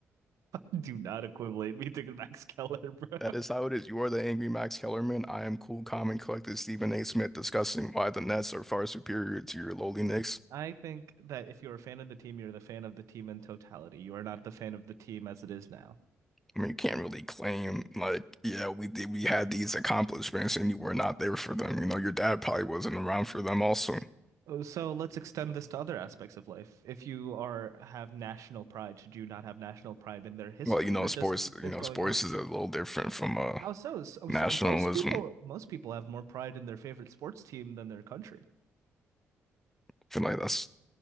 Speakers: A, on the right (about 80°); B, in the centre.
A: <laughs> Do not equivalent me to Max <laughs> Keller, bro.
B: That is how it is. You are the angry Max Kellerman. I am cool, calm, and collected Stephen A. Smith discussing why the Nets are far superior to your lowly
A: No.
B: Knicks.
A: I think that if you're a fan of the team, you're the fan of the team in totality. You are not the fan of the team as it is now.
B: I mean, you can't really claim like, yeah, we did, we had these accomplishments and you were not there for them. You know, your dad probably wasn't around for them also.
A: S- oh, So let's extend this to other aspects of life. If you are have national pride, should you not have national pride in their history
B: Well, you know,
A: or
B: sports,
A: just this
B: you know,
A: going
B: sports
A: on?
B: is a little different from uh
A: How so? So,
B: nationalism.
A: so most people
B: I
A: most people have more pride in their favorite sports team than their country.
B: feel like that's